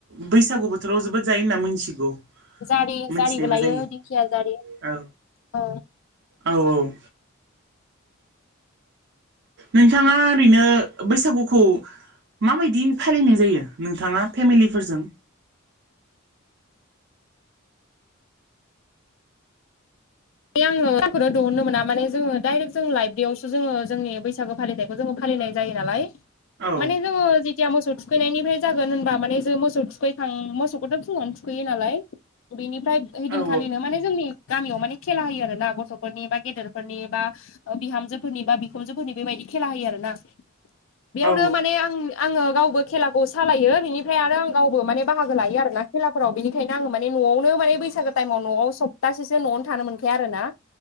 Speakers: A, on the right; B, on the left.
A: बैसागु बोथोराव जोबोद जायो होनना मोनथिगौ।
B: जारि
A: मोनथिनायबो
B: जारिबो लायो
A: जायो
B: दिंखिया जारि
A: औ
B: औ
A: औ औ नोंथाङा ओरैनो बैसागुखौ माबायदि फालिनाय जायो नोंथाङा फेमिलिफोरजों?
B: <inaudible> बे आङो टाइमखौनो दिहुननो मोना माने जोङो डाइरेक जों लाइब्रेयावसो जोङो जोंनि बैसागु फालिथायखौ जों फालि - नाय जायो नालाय
A: औ
B: माने जोङो जेदिया मोसौ थु खैनायनिफ्राय जागोन होनबा माने जों मोसौ थुखैखां मोसौखौथ फुङावनो थुखैयो नालाय बेनि फ्राय ओइदिनखालिनो
A: औ
B: माने जोंनि गामियाव माने खेला होयो आरो ना गथ'फोरनि बा गेदेरफोरनि बा बिहामजोफोरनि बा बिखुनजोफोरनि बेबायदि खेला होयो आरो बेयावनो
A: औ
B: माने आं आङो गावबो खेलाखौ सालायो बिनिफ्राय आरो आं गाव बो माने बाहागो लायो आरो ना खेला फोराव बेनिखायनो आङो माने न'आवनो माने बैसागो टाइमाव न'आव सप्तासेसो न'आवनो थानो मोनखाया आरो ना